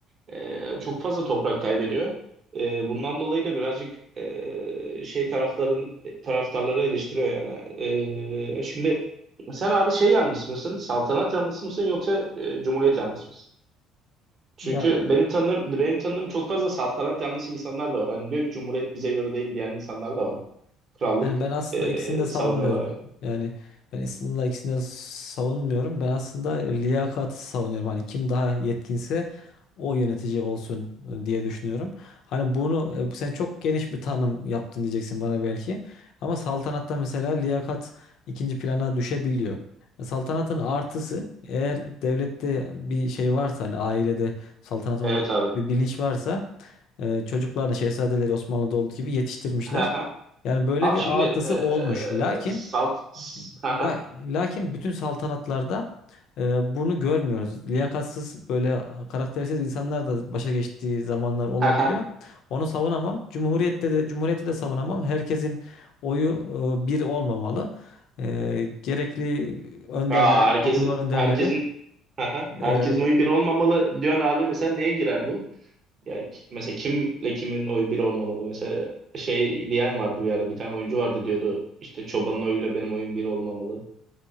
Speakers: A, on the right; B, on the left.
A: ee, çok fazla toprak kaybediyor. Ee, bundan dolayı da birazcık ee, şey tarafların e, taraftarları eleştiriyor yani. Ee, şimdi sen abi şey yanlısı mısın? Saltanat yanlısı mısın yoksa e, Cumhuriyet yanlısı mısın? Çünkü
B: Ya
A: benim tanıdığım benim tanıdığım çok fazla saltanat yanlısı insanlar da var. Hani diyor ki Cumhuriyet bize göre değil diyen insanlar da var. Krallık
B: Yani ben aslında
A: ee,
B: ikisini de savunmuyorum.
A: savunuyorlar yani.
B: Yani ben aslında ikisini de savunmuyorum. Ben aslında liyakatı savunuyorum. Hani kim daha yetkinse o yönetici olsun e, diye düşünüyorum. Hani bunu e, sen çok geniş bir tanım yaptın diyeceksin bana belki. Ama saltanatta mesela liyakat ikinci plana düşebiliyor. E, Saltanatın artısı eğer devlette bir şey varsa hani ailede saltanatın
A: Evet
B: olduğu
A: abi.
B: bir bilinç varsa e, çocuklarını şehzadeleri Osmanlı'da olduğu gibi yetiştirmişler.
A: Ha ha.
B: Yani böyle
A: Abi
B: bir
A: şimdi
B: artısı
A: eee
B: olmuş. Lakin
A: salt ha
B: la-
A: ha
B: lakin bütün saltanatlarda e, bunu görmüyoruz. Liyakatsız böyle karaktersiz insanlar da başa geçtiği zamanlar olabiliyor.
A: ha ha.
B: Onu savunamam. Cumhuriyette de cumhuriyeti de savunamam. Herkesin oyu e, bir olmamalı. E, gerekli önderler,
A: Aa, herkes
B: toplumlar önderleri
A: herkesin ha ha.
B: e,
A: herkesin oyu bir olmamalı diyorsun abi mesela neye girer bu? Ya ki- mesela kimle kimin oyu bir olmamalı? Mesela şey diyen vardı bir ara bir tane oyuncu vardı diyordu işte çobanın oyuyla benim oyum bir olmamalı.